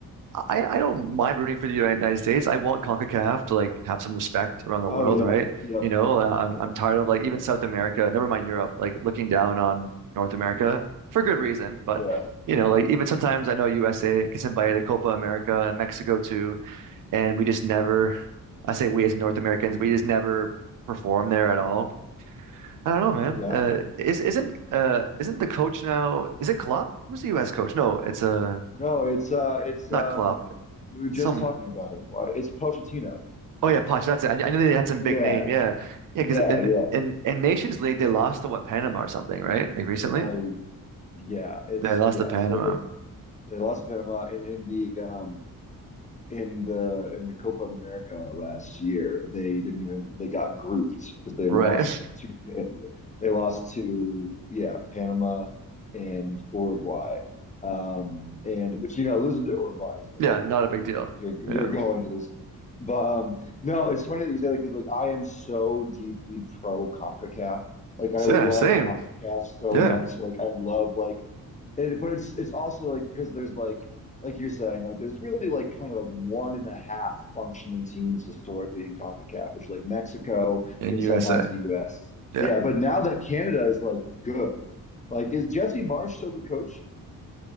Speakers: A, on the right; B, on the left.
A: I I don't mind rooting for the United States. I want CONCACAF to like have some respect around the
B: Oh
A: world,
B: yeah.
A: right?
B: Yep.
A: You know, uh, I'm
B: Yeah.
A: I'm tired of like even South America, never mind Europe, like looking down on North America for good reason, but.
B: Yeah.
A: You know, like even sometimes I know USA gets invited to Copa America and Mexico too, and we just never. I say we as North Americans, we just never perform there at all. I don't know, man.
B: Yeah.
A: Uh, is isn't uh isn't the coach now? Is it Klopp? Who's the U.S. coach? No, it's uh
B: No, it's uh it's
A: not
B: um
A: Klopp.
B: we were just
A: Some
B: talking about him. Uh, It's Pochettino.
A: oh yeah, Poch. That's it. I, I knew they had some
B: Yeah.
A: big name. Yeah, yeah.
B: Yeah,
A: Because in
B: yeah.
A: in in Nations League they lost to what Panama or something, right? Like recently
B: I yeah, it's
A: they lost
B: yeah.
A: to Panama.
B: So they they lost Panama in in the um in the in the Copa America last year, they didn't even they got grouped because they
A: Right.
B: lost
A: <laughs>
B: to they lost to yeah Panama and Uruguay. Um, and which you know losing to Uruguay is whatever
A: Yeah, not
B: like
A: a
B: the,
A: big deal.
B: you're
A: Yeah.
B: you're going to lose them. But um, no, it's funny that you say that because like I am so deeply pro CONCACAF. Like I
A: So,
B: love
A: yeah, same.
B: CONCACAF so
A: Yeah,
B: much. Like I love like, it, but it's it's also like because there's like like you're saying, like there's really like kind of like one and a half functioning teams historically in CONCACAF, which is like Mexico
A: in
B: and
A: USA.
B: sometimes the US.
A: Yeah.
B: Yeah, but now that Canada is like good, like is Jesse Marsh still the coach?